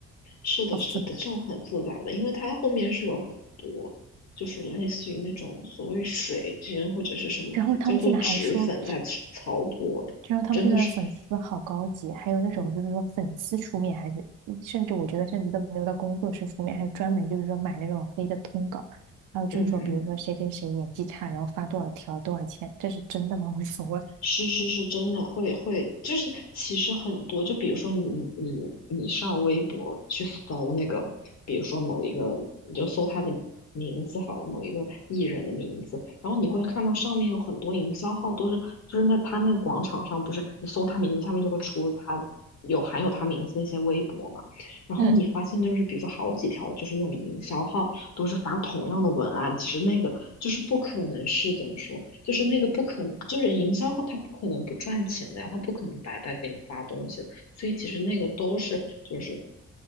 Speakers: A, on the left (about 60°); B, on the right (about 85°).
A: 是的，
B: 好复杂。
A: 是的，这种很复杂的，因为它后面是有很多，就是类似于那种所谓水军或者是什么叫做脂粉在操操作的，
B: 然后他们现在还说，就说他们现在的粉丝好高级，
A: 真的是，
B: 还有那种就是说粉丝出面，
A: 嗯
B: 还是甚至我觉得甚至都没有到工作室出面，还有专门就是说买那种黑的通稿。还有就是说，
A: 嗯嗯
B: 比如说谁谁谁演技差，然后发多少条多少钱，这是真的吗？<laughs> 无所谓。
A: 是是是，真的会会，就是其实很多，就比如说你你你上微博去搜那个，比如说某一个，你就搜他的名字好了，某一个艺人的名字，然后你会看到上面有很多营销号都是，就是那他那个广场上不是你搜他名字下面就会出他有含有他名字那些微博嘛，然后你发现就是比如说好几条就是那种营销号都是发同样的文案，
B: 嗯
A: 其实那个就是不可能是怎么说。就是那个不可，就是营销号，他不可能不赚钱的呀，他不可能白白给你发东西的。所以其实那个都是就是